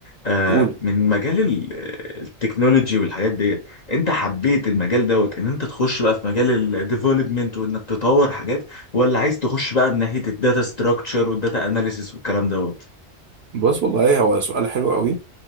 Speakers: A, on the left (about 45°); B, on the right (about 70°).
A: آه
B: قول
A: من مجال ال- التكنولوجي والحاجات ديت انت حبيت المجال دوت ان انت تخش بقى في مجال الديفلوبمنت وانك تطور حاجات ولا عايز تخش بقى من ناحية الداتا ستراكشر والداتا اناليسيس والكلام دوت
B: بص والله هو سؤال حلو قوي